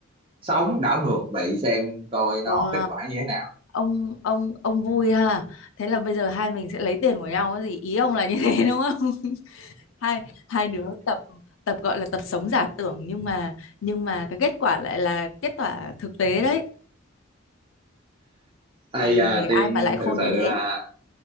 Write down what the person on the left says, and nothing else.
Wow.
Ông ông ông vui ha. Thế là bây giờ hai mình sẽ lấy tiền của nhau cái gì? Ý ông là như thế đúng không? <laughs> Hai hai đứa tập tập gọi là tập sống giả tưởng nhưng mà nhưng mà cái kết quả lại là kết quả thực tế đấy.
Làm
người ai
mà lại khôn
như thế.